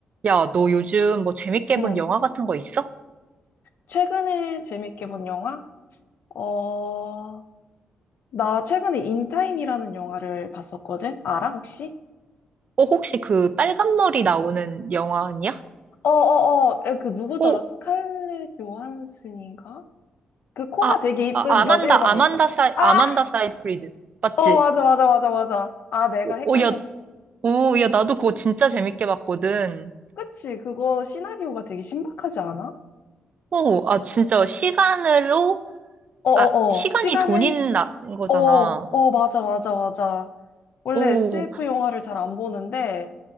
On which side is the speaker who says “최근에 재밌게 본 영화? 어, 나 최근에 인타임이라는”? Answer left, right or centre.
Left